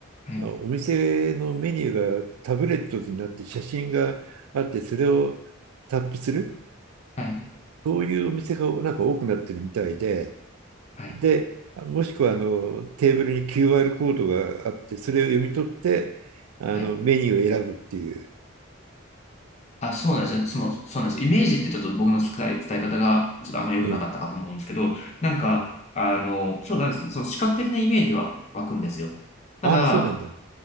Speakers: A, on the left; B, on the right.
A: はい、
B: あお店のメニューがタブレットになって写真があって、それをタップする、
A: はい、
B: そういうお店がなんか多くなってるみたいで、
A: はい、
B: で、もしくはあのテーブルに QR コードがあって、それを読み取って、あのメニューを選ぶっていう。
A: はい。あ、そうなんですね。その、そうなんです。イメージってちょっと僕の伝え、伝え方が、ちょっとあんまり良くなかったかと思うんですけど、
B: うん。
A: なんか、
B: うん
A: あの、そうなんです。その視覚的なイメージは湧くんですよ。ただ、
B: ああ、そうなんだ。